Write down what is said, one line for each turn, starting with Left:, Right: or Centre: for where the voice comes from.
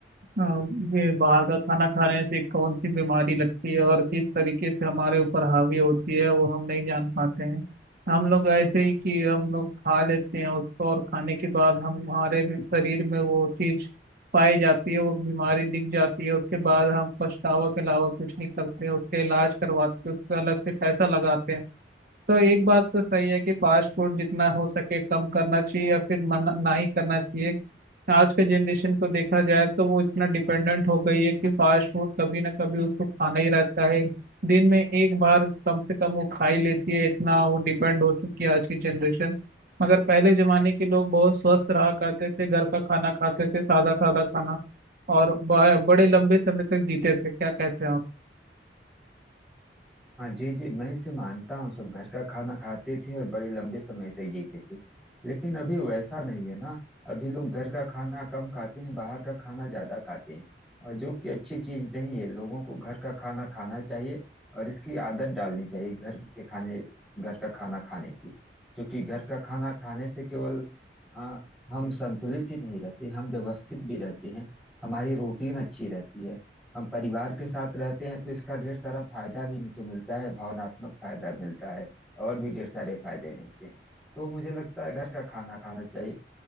Right: अ, ये बाहर का खाना खाने से कौन सी बीमारी लगती है और किस तरीके से हमारे ऊपर हावी होती है वो हम नहीं जान पाते हैं हम लोग ऐसे ही कि हम लोग खा लेते हैं उसको और खाने के बाद हम हमारे भी शरीर में वो चीज पाई जाती है वो बीमारी दिख जाती है उसके बाद हम पछतावा के अलावा कुछ नहीं करते उसके इलाज करवाते उसका अलग से पैसा लगाते हैं तो एक बात तो सही है कि फास्ट फूड जितना हो सके कम करना चाहिए या फिर मना ना ही करना चाहिए आज के जनरेशन को देखा जाए तो वो इतना डिपेंडेंट हो गई है कि फास्ट फूड कभी ना कभी उसको खाना ही रहता है दिन में एक बार कम से कम वो खा ही लेती है इतना वो डिपेंड हो चुकी है आज की जनरेशन मगर पहले जमाने के लोग बहुत स्वस्थ रहा करते थे घर का खाना खाते थे सादा सादा खाना और ब- बड़े लंबे समय तक जीते थे क्या कहते हैं आप
Centre: हाँ जी जी मैं इसे मानता हूँ सब घर का खाना खाते थे और बड़े लंबे समय तक जीते थे लेकिन अभी वैसा नहीं है ना अभी लोग घर का खाना कम खाते हैं बाहर का खाना ज्यादा खाते हैं और जो कि अच्छी चीज नहीं है लोगों को घर का खाना खाना चाहिए और इसकी आदत डालनी चाहिए घर के खाने घर का खाना खाने की क्योंकि घर का खाना खाने से केवल आ, हम संतुलित ही नहीं रहते हम व्यवस्थित भी रहते हैं हमारी रूटीन अच्छी रहती है हम परिवार के साथ रहते हैं तो इसका ढेर सारा फायदा भी तो मिलता है भावनात्मक फायदा मिलता है और भी ढेर सारे फायदे मिलते हैं तो मुझे लगता है घर का खाना खाना चाहिए